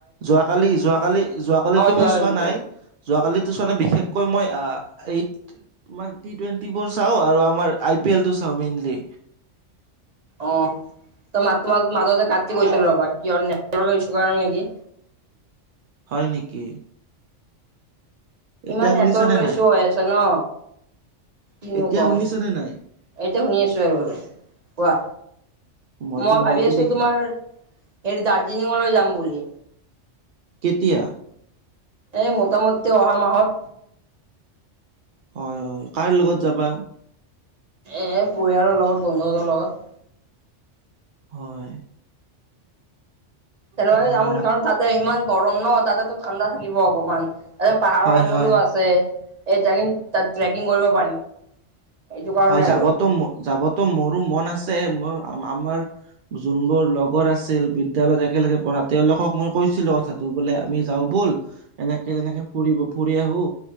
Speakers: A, on the right; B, on the right.
A: যোৱাকালি যোৱাকালি যোৱাকালি টো মই
B: যোৱাকালিতো
A: চোৱা নাই যোৱাকালিতো চোৱা নাই বিশেষকৈ মই আহ এই তোমাৰ টি টুৱেন্টিবোৰ চাওঁ আৰু আমাৰ আই পি এলটো চাওঁ মেইনলি।
B: অ ত মাত তোমাৰ মাজতে কাটি গৈছিল ৰবা কিহৰ নেটৱৰ্কৰ ইচু কাৰণে নেকি?
A: হয় নেকি? এতিয়া
B: ইমান
A: শুনিছানে
B: নেটৱৰ্কৰ
A: নাই
B: ইছ্যু হৈ আছে ন? কিনো
A: এতিয়া
B: কম,
A: শুনিছানে নাই
B: এতিয়া শুনি আছোঁ আৰু বাৰু কোৱা।
A: মইতো
B: মই ভাবি
A: মইতো
B: আছোঁ
A: দেখি
B: তোমাৰ হেৰি দাৰ্জিলিঙলৈ যাম বুলি।
A: কেতিয়া?
B: এ মোটামুটি অহা মাহত।
A: হয় হয়, কাৰ লগত যাবা?
B: এই পৰিয়ালৰ লগত বন্ধু হঁতৰ লগত।
A: হয়।
B: তেনেকুৱাকে
A: অহা
B: যাম
A: মাহত
B: বুলি কাৰণ তাতে ইমান গৰম ন তাতেতো ঠাণ্ডা থাকিব অকমান। এ পাহাৰৰ
A: হয়,
B: অঞ্চলো
A: হয়,
B: আছে এ যায় কিন তাত ট্ৰেকিং কৰিব পাৰিম। এইটো কাৰণে
A: হয়, যাবতো
B: আৰু
A: যাবতো মোৰো মন আছে। মোৰ আমাৰ যোনবোৰ লগৰ আছিল, বিদ্যালয়ত একেলগে পঢ়া, তেওঁলোকক মই কৈছিলোঁ কথাটো, বোলো, আমি যাওঁ ব'ল। এনেকে, তেনেকে ফুৰিব ফুৰি আহো।